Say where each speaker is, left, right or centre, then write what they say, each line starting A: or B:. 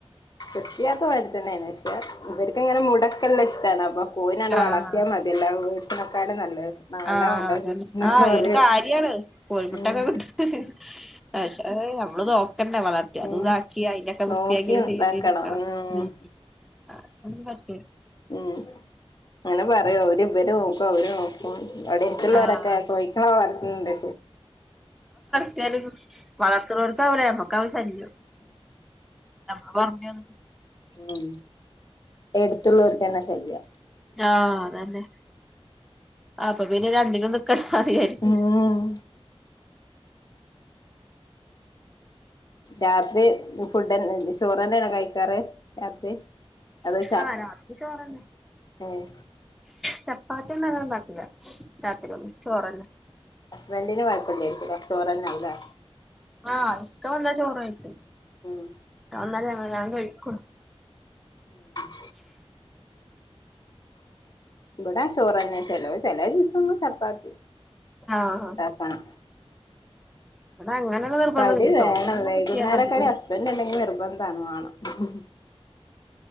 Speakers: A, on the left; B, in the centre.
A: വൃത്തിയാക്ക് പാട് തന്നെയാണ്. പക്ഷെ ഇവർക്കങ്ങനെ മുടക്കെല്ലായിഷ്ടാണപ്പൊ കോയിനങ്ങോട്ട്
B: ആഹ്
A: വളർത്തിയാ മതി. ല്ലാ വീഴ്സിനൊക്കാരും നല്ലത്. നല്ല
B: ആഹ്
A: മുട
B: അതല്ലെ
A: കിട്ടുന്നൊക്കെ
B: ആഹ്
A: പറയും
B: ഒരു കാര്യാണ് കോഴിമുട്ടൊക്കെ
A: ഉം
B: കിട്ട ആ ശ്റായി നമ്മള് നോക്കണ്ടേ വള അത്
A: ഉം
B: ഇതാക്കി അതിന്റെക്കെ
A: നോക്കി
B: വൃത്തിയാക്കി
A: ഇതാക്കണം
B: ചെയ്തിരിക്കണം.
A: ഉം
B: മ് അതൊന്നും പറ്റുല്ല.
A: ഉം അങ്ങനെ പറയൂ അവര് ഇവര് നോക്കും അവര അവിടെ ഇടുത്തുള്ളവരൊക്കെ
B: ആഹ്
A: കോഴിക്കളെ വളർത്തണ്ട്.
B: എന്താലും വളർത്തുന്നവർക്കവില്ല നമ്മുക്കാവും ശല്യം. അപ്പോ കുറഞ്ഞ് വന്നു.
A: ഉം എടുത്തുള്ളവർക്ക്ന്നെ ശല്യ
B: ആഹ് അതന്നെ അപ്പൊ പിന്നെ രണ്ടിനും നിക്കണ്ട സായിരിക്കും.
A: ഉം രാത്രി ഫുഡ്ന്ന ചോറ്ന്നെ ണോ കഴിക്കാറ് രാത്രി അത് വച്ചാ
B: ആഹ് രാത്രി ചോറന്നെ
A: ഏഹ്
B: ചപ്പാത്തി ഒന്നും ഞങ്ങൾ ണ്ടാക്കുല്ല രാത്രിന്നും ചോറന്നെ
A: ഹസ്ബൻഡറിന് കുഴപ്പലേക്കും ചോറന്നേ ആവുല്ലേ
B: ആഹ് ഇക്ക വന്നാ ചോറ് കഴിക്കും
A: ഉം
B: അഹ് വന്നാൽ ഞങ്ങൾ ഞൻ കഴികൊള്ളു
A: ഉം ഇവിടെ ചോറെന്നെ ചെല ചെല ദിവസം ചപ്പാത്തി
B: ആഹ
A: ഉണ്ടാക്കണം
B: അങ്ങനെയുള്ള നിർബന്ധമില്ല
A: കടി വേണം
B: ചോറെന്നെ
A: വൈകുന്നേരംക്കെടി
B: കിട്ടിയാ മതി
A: ഹസ്ബൻഡ് എന്തെങ്കിലും നിർബന്ധമാണ് വേണം. ഉം